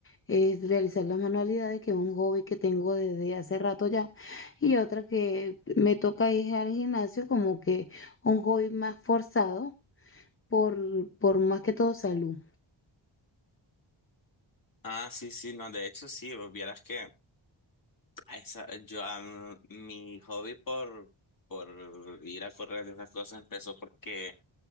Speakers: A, on the left; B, on the left.
A: es realizar las manualidades, que es un hobby que tengo desde hace rato ya, y otra que me toca ir al gimnasio como que un hobby más forzado por, por más que todo salud.
B: Ah, sí, sí, no, de hecho sí, vos vieras que... Esa, yo, am- mi hobby por, por ir a correr y esas cosas empezó porque